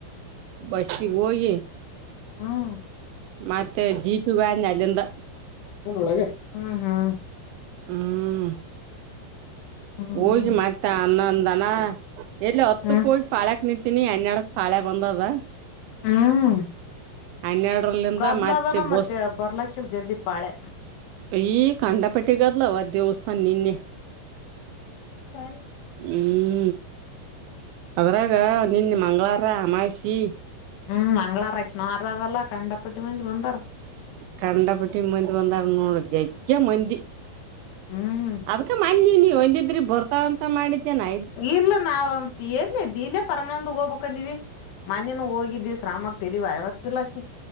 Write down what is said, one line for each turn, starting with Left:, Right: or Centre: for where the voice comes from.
Right: ಫಸ್ಟ್ ಗಿ ಹೋಗಿ
Left: ಹ್ಮ್
Right: ಮತ್ತೆ ಜೀಪ. ಜೀಪಿಗೆ ವಾಜ್ಞ ಅಲ್ಲಿಂದ.
Left: <unintelligible> ಹ ಹಾ
Right: ಹ್ಮ್
Left: ಹ್ಮ್
Right: ಹೋಗಿ ಮತ್ಯಾ ಅನ್ನಂದಾನ. ಎಲ್ಲಿ ಹೊತ್ತಕ್
Left: ಹ್ಮ್
Right: ಹೋಗಿ ಪಾಳ್ಯಕ್ ನಿಂತೀನಿ ಹನ್ನೆಡಕ್ ಪಾಳ್ಯ ಬಂದದ.
Left: ಹ್ಮ್
Right: ಹನ್ನೆರಡರಲ್ಲಿಂದ
Left: ಗದ್ಲದನ
Right: ಮತ್ತೆ ಬೋಸ್.
Left: ಬರ್ಲಕ್ಕಿಲ್ ಜಲ್ದಿ ಪಾಳೆ
Right: ಈ ಕಾಂಡಪಟ್ಟಿಗದಲ ಅವ ದೇವಸ್ಥಾನ ನಿನ್ನೆ.
Left: ಹ್ಮ <inaudible>
Right: ಹ್ಮ್. ಅದ್ರಾಗ ನಿನ್ನ ಮಂಗಳವಾರ ಅಮಾಸಿ.
Left: ಹ್ಮ್ ಮಂಗಳವಾರಕ ನಾರ ಅಲ್ಲ ಕಂಡಪಟ್ಟಿ ಮಂದಿ ಬಂದಾರ.
Right: ಕಂಡಪಟ್ಟಿ ಮಂದಿ ಬಂದಾರ ನೋಡ ಜಗ್ಗೆ ಮಂದಿ.
Left: ಹ್ಮ್
Right: ಅದ್ಕ ಮ ನೀ ನೀವ ಒಂದಿದ್ರಿ ಬರ್ತಾಳ ಅಂತ ಮಾಡಿದ್ದೇನ್ಯ.
Left: ಇಲ್ಲ ನಾವವು. ಎಲ್ಲಿ ದಿಲ್ಲೇ ಪರಮಾನಂದ ಹೋಗ್ಬೇಕಂದಿವವಿ ಮನ್ೇನು ಹೋಗಿದ್ದಿವವಿ ಶ್ರಾಮಕ್ ತಳವ ಯವತ್. <unintelligible>